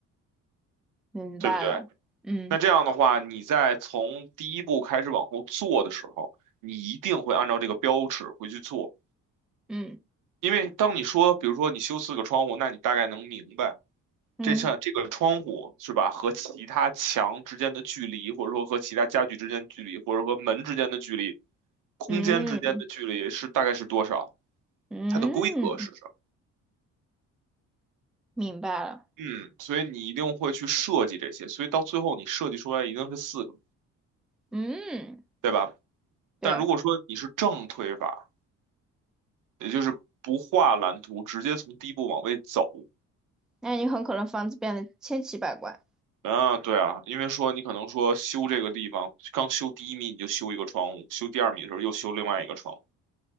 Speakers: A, in the centre; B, on the right (about 60°).
A: 明白了。
B: 对不对？
A: 嗯
B: 那这样的话，你在从第一步开始往后做的时候，你一定会按照这个标尺回去做，
A: 嗯
B: 因为当你说，比如说你修四个窗户，那你大概能明白。
A: 嗯
B: 这扇这个窗户是吧，和其他墙之间的距离，或者说和其他家具之间的距离，或者和门之间的距离，空间之间的距离是大概是多少？
A: 嗯嗯，
B: 它的规格是什么？
A: 明白了。
B: 嗯，所以你一定会去设计这些，所以到最后你设计出来一定是四个，
A: 嗯，
B: 对吧？
A: 对，
B: 但如果说你是正推法，也就是不画蓝图，直接从第一步往位走，
A: 那你很可能房子变得千奇百怪，
B: 啊，对啊，因为说你可能说修这个地方，刚修第一米你就修一个窗户，修第二米的时候又修另外一个窗户。